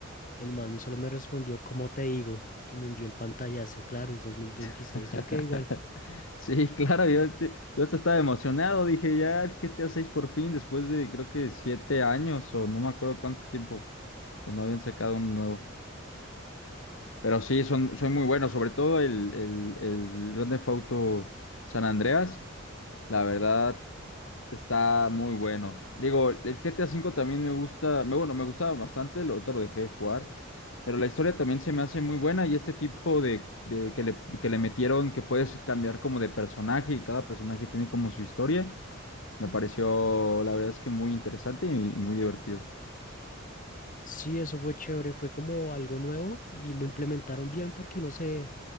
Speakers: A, on the left; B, on the left.
A: El man solo me respondió, ¿cómo te digo? Y me envió el pantallazo, claro, es 2026.
B: <laughs>
A: yo quedé igual.
B: Sí, claro, yo, te- yo hasta estaba emocionado. Dije, ya el GTA 6 por fin, después de creo que siete años o no me acuerdo cuánto tiempo que no habían sacado un nuevo. Pero sí, son, son muy buenos, sobre todo el, el, el Grand Theft Auto San Andreas, la verdad está muy bueno. Digo, el GTA V también me gusta, me, bueno, me gustaba bastante, lo, ahorita lo dejé de jugar, pero la historia también se me hace muy buena y este tipo de, de que le, que le metieron que puedes cambiar como de personaje y cada personaje tiene como su historia, me pareció la verdad es que muy interesante y, muy divertido.
A: Sí, eso fue chévere, fue como algo nuevo y lo implementaron bien porque uno se,